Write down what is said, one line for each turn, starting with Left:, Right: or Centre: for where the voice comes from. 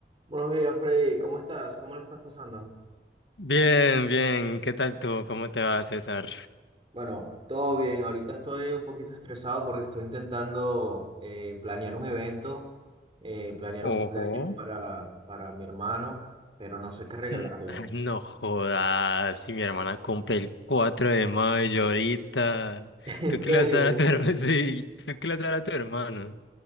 Right: Buenos días, Freddy. ¿Cómo estás? ¿Cómo lo estás pasando?
Left: Bien, bien. ¿Qué tal tú? ¿Cómo te va, César?
Right: Bueno, todo bien. Ahorita estoy un poquito estresado porque estoy intentando eh, planear un evento, eh, planear un cumpleaños
Left: Ojo.
Right: para, para mi hermano, pero no sé qué regalarle.
Left: Mm, Ay, no jodas. Si mi hermana cumple el 4 de mayo ahorita.
Right: <laughs> ¿En
Left: ¿Tú
Right: serio?
Left: qué le vas a dar a tu hermano? <laughs> Sí, ¿tú qué le vas a dar a tu hermano?